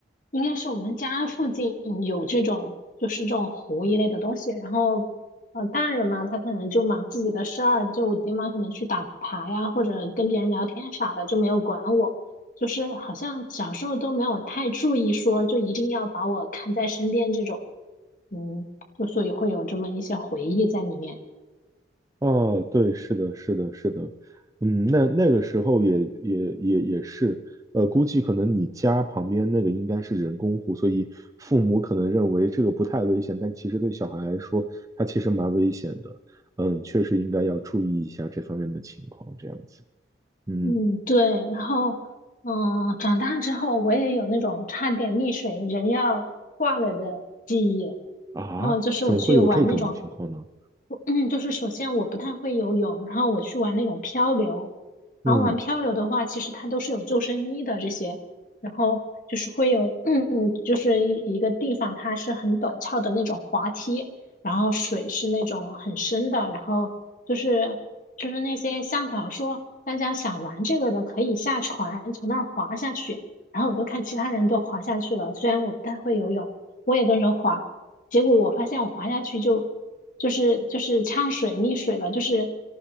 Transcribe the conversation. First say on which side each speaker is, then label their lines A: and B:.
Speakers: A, on the left (about 45°); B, on the right (about 20°).
A: 应该是我们家附近有这种就是这种湖一类的东西，然后呃大人嘛，他可能就忙自己的事儿，就我爹妈可能去打牌呀，或者跟别人聊天啥的，就没有管我。就是好像小时候都没有太注意说，就一定要把我看在身边这种。嗯，就所以会有这么一些回忆在里面。
B: 哦，对，是的，是的，是的，嗯，那那个时候也也也也是，呃，估计可能你家旁边那个应该是人工湖，所以父母可能认为这个不太危险，但其实对小孩来说，它其实蛮危险的。嗯，确实应该要注意一下这方面的情况，这样子。嗯，
A: 嗯，对。然后，嗯，长大之后我也有那种差点溺水人要挂了的记忆。
B: 啊，
A: 然后就是我去玩那种
B: 怎么会有这种情况呢？
A: 我嗯，就是首先我不太会游泳，然后我去玩那种漂流，
B: 嗯。
A: 然后玩漂流的话，其实它都是有救生衣的这些，然后就是会有，<clears throat> 嗯，就是一一个地方它是很陡峭的那种滑梯，然后水是那种很深的，然后就是就是那些向导说大家想玩这个的可以下船从那儿滑下去，然后我就看其他人都滑下去了，虽然我不太会游泳，我也跟着滑。结果我发现我滑下去就就是就是呛水溺水了，就是